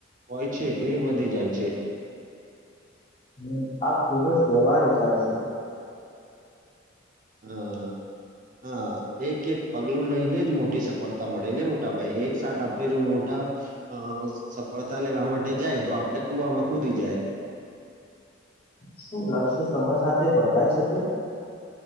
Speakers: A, on the right; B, on the left.
A: હોય છે એ વધી જાય છે.
B: હ આ ખુબ જ વ્યવહાર વિચાર છે.
A: હા હા, એક એક પગલું લઈને જ મોટી સફળતા. મળે ને મોટા ભાઈ એકસાથ આપડે જો મોટા, અ સફળતા લેવા માટે જાય તો આપડે કુવામાં કૂદી જાય.
B: શું લક્ષ્ય સમય સાથે બદલાઈ શકે?